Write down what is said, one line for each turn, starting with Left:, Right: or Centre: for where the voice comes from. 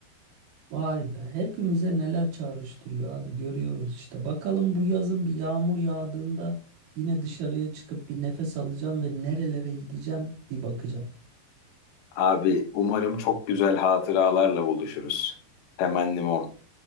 Right: Vay be, hepimize neler çağrıştırıyor abi görüyoruz işte. Bakalım bu yazın bir yağmur yağdığında yine dışarıya çıkıp bir nefes alacağım ve nerelere gideceğim bir bakacağım.
Left: Abi umarım çok güzel hatıralarla buluşuruz. Temennim o.